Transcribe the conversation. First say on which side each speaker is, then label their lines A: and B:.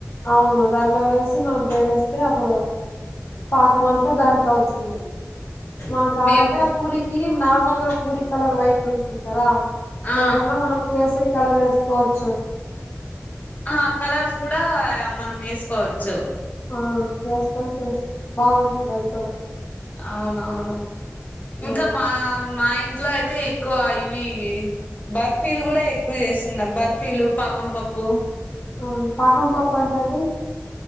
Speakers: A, on the left (about 50°); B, on the left (about 35°).
A: అవును దానిలో వేసి మనం దేవేస్తే అప్పుడు పాకం అంతా దానికి అవుతు సోల్లు మనం కావాలంటే
B: మేం
A: ఆ పూరికి నార్మల్ గా పూరి కలర్ వైట్ ఉంటుంది కదా
B: ఆ
A: లేకుండా మనం కేసీరీకి కలర్ వేసుకోవచ్చు.
B: ఆ కలర్స్ కూడా మనం వేసుకోవచ్చు.
A: ఆ చేసుకొని చేస్తుంటే బాగుంటుంది. అది ఇక్కడ
B: అవును అవును ఇంకా
A: ఆ
B: మా మా ఇంటి ఇట్లో అయితే ఎక్కువ ఇవి బర్ఫీలు కూడా ఎక్కువ చేస్తున్నారు బర్ఫీలు పాకం పప్పు
A: ఆ పాకం పప్పు అంటండీ.